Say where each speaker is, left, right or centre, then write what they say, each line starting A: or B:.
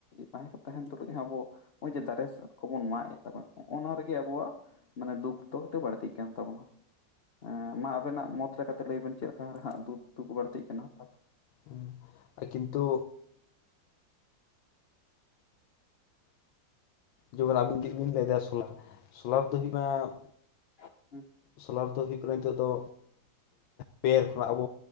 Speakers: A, on the left; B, on the left.
A: ᱛᱟᱦᱮᱸ ᱛᱟᱦᱮᱱ ᱛᱩᱞᱩᱡ ᱟᱵᱚ ᱱᱚᱜᱼᱚᱭ ᱡᱮ ᱫᱟᱨᱮ ᱠᱚᱵᱚᱱ ᱢᱟᱜ ᱮᱜ ᱫᱚ ᱵᱚᱱ, ᱱᱚᱜᱼᱱᱚᱣᱟ ᱨᱮᱜᱮ ᱟᱵᱚᱣᱟᱜ ᱢᱟᱱᱮ ᱫᱩᱠ ᱫᱚ ᱵᱟᱹᱲᱛᱤ ᱠᱟᱱ ᱛᱟᱵᱚᱱᱟ ᱾ ᱢᱟ ᱟᱵᱤᱱᱟᱜ ᱢᱚᱛ ᱞᱮᱠᱟᱛᱮ ᱞᱟᱹᱭ ᱵᱤᱱ ᱪᱮᱫ ᱞᱮᱠᱟ ᱦᱟᱸ ᱫᱩᱜ ᱫᱩᱠᱷ ᱵᱟᱹᱲᱛᱤᱜ ᱠᱟᱱᱟ ᱾
B: ᱩᱸ ᱠᱤᱱᱛᱩ ᱡᱮᱢᱚᱱ ᱟᱵᱤᱱ ᱴᱷᱮᱱ ᱵᱤᱱ ᱞᱟᱹᱭᱫᱟ ᱥᱳᱞᱟᱨ ᱥᱳᱞᱟᱨ ᱫᱚ ᱦᱩᱭ ᱱᱟᱜ
A: <inaudible>
B: ᱥᱳᱞᱟᱨ ᱫᱚ ᱦᱩᱭᱩᱜ ᱠᱟᱱᱟ, ᱱᱤᱛᱚᱜ ᱫᱚ <inaudible> ᱵᱮᱨ ᱠᱷᱚᱱᱟᱜ